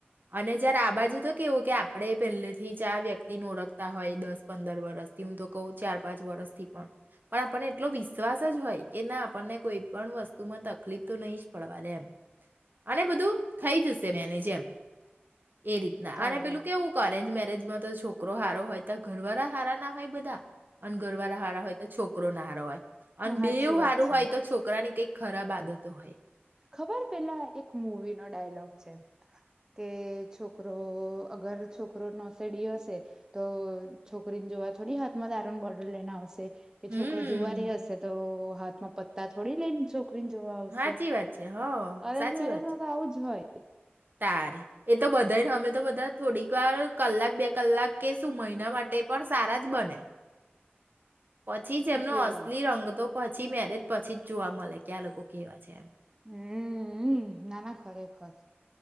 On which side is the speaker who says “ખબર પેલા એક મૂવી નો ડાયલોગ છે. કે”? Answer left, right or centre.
Right